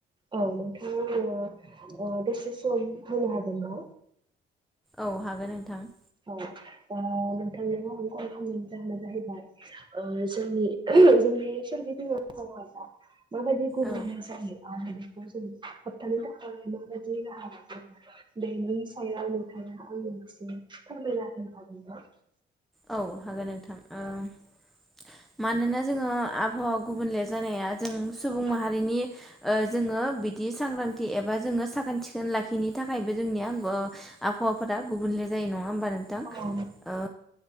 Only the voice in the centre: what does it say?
औ हागोन नोंथां।
औ
औ हागोन नोंथां ओ मानोना जोङो आबहावा गुबुनले जानाया जों सुबुं
माहारिनि ओ जोङो बिदि सांग्रांथि एबा जोङो साखोन सिखोन लाखिनि थाखाय बे जोंनिया ग आबहावाफोरा गुबुनले जायो नङा होमबा नोंथां?
ओ